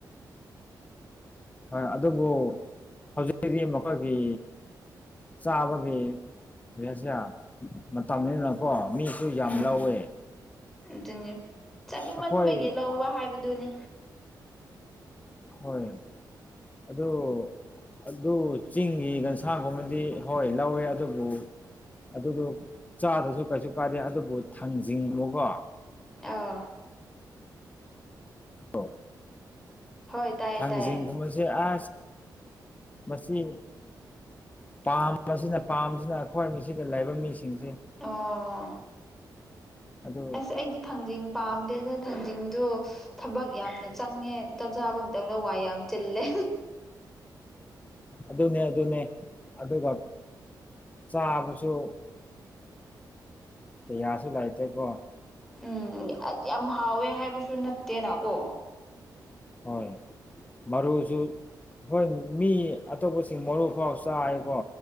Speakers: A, on the left; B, in the centre.
A: ꯍꯣꯏ ꯑꯗꯨꯕꯨ ꯍꯧꯖꯤꯛꯇꯀꯤꯗꯤ ꯃꯈꯣꯏꯒꯤ ꯆꯥꯕꯒꯤ ꯁꯌꯥ ꯃꯇꯝꯅꯤꯁꯤꯅꯀꯣ ꯃꯤꯁꯨ ꯌꯥꯝ
B: ꯎꯝ
A: ꯂꯧꯋꯦ
B: ꯑꯗꯨꯅꯤ ꯆꯥꯅꯤꯡꯃꯟꯕꯒꯤ
A: ꯑꯩꯈꯣꯏ
B: ꯂꯧꯕ ꯍꯥꯏꯕꯗꯨꯅꯤ
A: ꯍꯣꯏ ꯑꯗꯨꯣ ꯑꯗꯨ ꯆꯤꯡꯒꯤ ꯒꯟꯁꯥꯒꯨꯝꯕꯗꯤ ꯍꯣꯏ ꯂꯧꯋꯦ ꯑꯗꯨꯕꯨ ꯑꯗꯨꯗꯨ ꯆꯥꯗ꯭ꯔꯁꯨ ꯀꯩꯁꯨ ꯀꯥꯗꯦ ꯑꯗꯨꯕꯨ ꯊꯥꯡꯖꯤꯡꯕꯨꯀꯣ
B: ꯑ
A: ꯑꯣ
B: ꯍꯣꯏ ꯇꯥꯏꯌꯦ
A: ꯊꯥꯡꯖꯤꯡꯕꯁꯦ
B: ꯇꯥꯏꯌꯦ
A: ꯑ ꯃꯁꯤꯁ ꯄꯥꯝꯕꯁꯤꯅ ꯄꯥꯝꯕꯁꯤꯅ ꯑꯩꯈꯣꯏ ꯃꯤꯁꯤꯗ ꯂꯩꯕ ꯃꯤꯁꯤꯡꯁꯤ
B: ꯑ
A: ꯑꯗꯨ
B: ꯑꯁ ꯑꯩꯗꯤ ꯊꯥꯡꯖꯤꯡ ꯄꯥꯝꯗꯦꯗ ꯊꯥꯡꯖꯤꯡꯗꯣ ꯊꯕꯛ ꯌꯥꯝꯅ ꯆꯪꯉꯦ ꯆꯞ ꯆꯥꯕ ꯃꯇꯝꯗ ꯋꯥꯏ ꯌꯥꯝ ꯆꯤꯜꯂꯦ
A: ꯑꯗꯨꯅꯦ ꯑꯗꯨꯅꯦ ꯑꯗꯨꯒ ꯆꯥꯕꯁꯨ ꯄ ꯌꯥꯁꯨ ꯂꯥꯏꯇ ꯄꯣ
B: ꯎꯝ ꯌꯥꯝ ꯍꯥꯎꯋꯦ ꯍꯥꯏꯕꯁꯨ ꯅꯠꯇꯦꯅꯀꯣ
A: ꯍꯣꯏ ꯃꯔꯨꯁꯨ ꯍꯣꯏ ꯃꯤ ꯑꯇꯣꯞꯄꯁꯤꯡ ꯃꯔꯨ ꯐꯥꯎ ꯆꯥꯏꯀꯣ